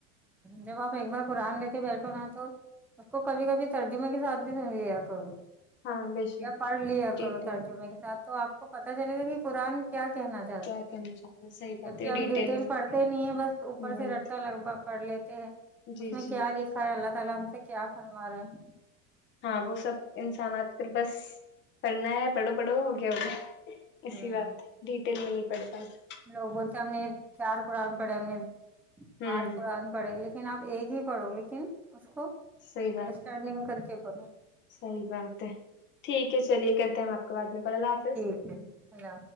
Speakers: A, in the centre; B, on the left (about 30°).
A: جب آپ ایک بار قرآن لیتے بیٹھو نا تو اس کو کبھی کبھی ترجمہ کے ساتھ بھی سن لیا کر
B: ہے ہاں بے شک
A: یا پڑھ لیا
B: ڈیٹیل
A: کرو ترجمے کے ساتھ تو آپ کو پتہ چلے گا کہ قرآن کیا کہنا چاتتا
B: کیا
A: ہے
B: کہنا چاہتا ہے صحیح بات
A: جبک
B: ہے
A: ہم ڈیٹیل
B: میں
A: پڑھتے نہیں ہے بس اوپر
B: ہمم
A: سے رٹتا لگ با پڑھ لیتے ہیں
B: جی
A: اس میں
B: جی
A: کیا لکھا ہے اللہ تعالی ہم سے کیا فرما رہا ہے
B: ہاں وہ سب انسان آج کل بس پڑھنا ہے پڑھو پڑھو ہو گیا ہو گیا ایسی
A: ہ
B: بات ہے ڈیٹیل میں نہیں پڑھ پاتے
A: لوگ بولتے ہم نے چار قرآن پڑھے ہم نے
B: ہمم
A: آٹھ قرآن پڑھے لیکن آپ ایک ہی پڑھو لیکن اس کو
B: صحیح بات
A: انڈرسٹینڈنگ
B: ہے
A: کر کے پڑھو
B: صحیح بات ہے ٹھیک ہے چلیے کرتے ہیں ہم آپ کو بعد میں کال الله حافظ
A: ٹھیک ہے اللہ